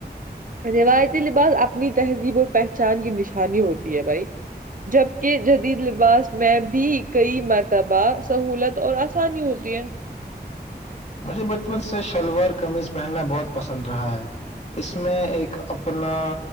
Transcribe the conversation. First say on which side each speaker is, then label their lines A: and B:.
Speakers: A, on the right; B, on the left.
A: روایتی لباس اپنی تہذیب اور پہچان کی نشانی ہوتی ہے بھائی جبکے جدید لباس میں بھی کئی مرتبہ سہولت اور آسانی ہوتی ہے
B: مجھے بچپن سے شلوار کمیض پہننا بہت پسند رہا ہے اس میں ایک اپنا